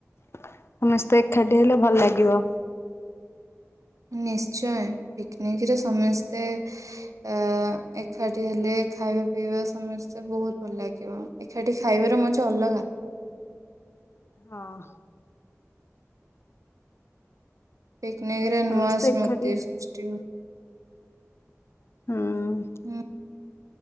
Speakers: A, on the left; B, on the right.
A: ସମେସ୍ତେ ଏଖାଟି ହେଲେ ଭଲ ଲାଗିବ।
B: ନିଶ୍ଚୟ ପିକ଼୍ନିକରେ ସମେସ୍ତେ ଅ ଏକାଠି ହେଲେ ଖାଇବା ପିଇବା ସମସ୍ତେ ବହୁତ ଭଲ ଲାଗିବ। ଏଖାଟି ଖାଇବାର ମଜା ଅଲଗା।
A: ହଁ।
B: ପିକ୍‌ନିକରେ
A: ସମସ୍ତେ
B: ନୂଆ ସ୍ମୃତି
A: ଏକାଠି
B: ସୃଷ୍ଟି ହୁ
A: ହୁଁ।
B: ହୁଁ।